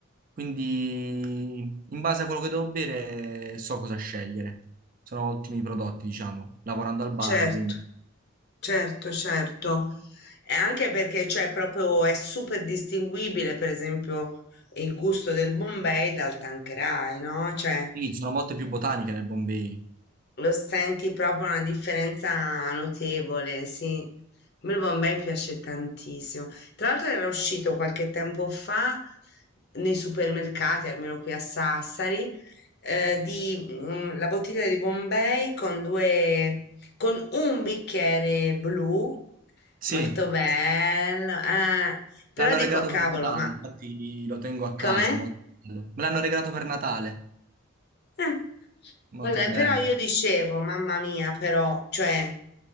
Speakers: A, on the right (about 45°); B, on the left (about 55°).
A: Quindi in base a quello che devo bere so cosa scegliere. Sono ottimi prodotti, diciamo, lavorando al bar,
B: Certo,
A: quindi
B: certo, certo. E anche perché cioè, proprio è super distinguibile, per esempio, il gusto del Bombay dal Tanqueray, no? Cioè,
A: sì, ci sono molte più botaniche nel Bombay.
B: lo senti proprio una differenza notevole, sì. A me il Bombay mi piace tantissimo. Tra l'altro era uscito qualche tempo fa nei supermercati, almeno qui a Sassari, eh, di, mm, la bottiglia di Bombay con due, con un bicchiere blu,
A: Sì,
B: molto bello. eh. Però
A: l'hanno
B: dico,
A: regalato
B: cavolo,
A: per Natale,
B: ma
A: infatti lo tengo a casa,
B: come?
A: molto bello. Me l'hanno regalato per Natale,
B: Eh,
A: molto
B: vabbè,
A: bello.
B: però io dicevo, mamma mia, però, cioè,